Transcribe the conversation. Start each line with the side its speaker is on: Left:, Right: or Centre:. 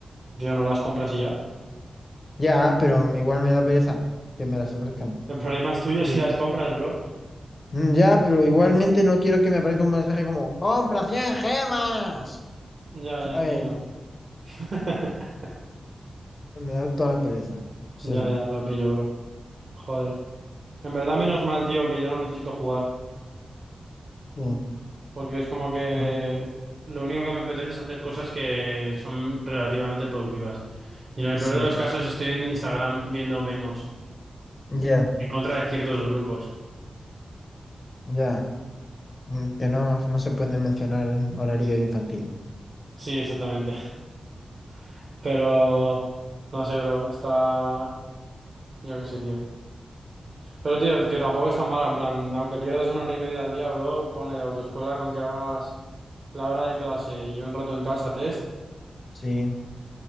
Right: Tío, no las compras y ya.
Left: Ya, pero igual me da pereza que me las ofrezcan.
Right: El problema es tuyo si
Left: Sí.
Right: las compras, bro.
Left: Mm, Ya, pero igualmente no quiero que me aparezca un mensaje como, compra 100 gemas.
Right: Ya, ya,
Left: ¿Sabes?
Right: entiendo. <laughs>
Left: Me da toda la pereza. Es
Right: Ya,
Left: eso.
Right: ya, lo pillo, bro. Joder. En verdad, menos mal, tío, que yo no necesito jugar.
Left: Sí,
Right: Porque es como que
Left: mm,
Right: lo único que me apetece es hacer cosas que son relativamente productivas. Y en el peor
Left: sí.
Right: de los casos estoy en Instagram viendo memos
Left: Ya,
Right: en contra de ciertos grupos.
Left: ya. Mm, Que no, no se puede mencionar en horario infantil.
Right: Sí, exactamente. <laughs> Pero no sé, bro, está... Yo qué sé, tío. Pero, tío, que tampoco es tan mala, en plan, aunque pierdas una hora y media al día, bro, ponle de autoescuela con que hagas la hora de clase y un rato en casa test.
Left: Sí.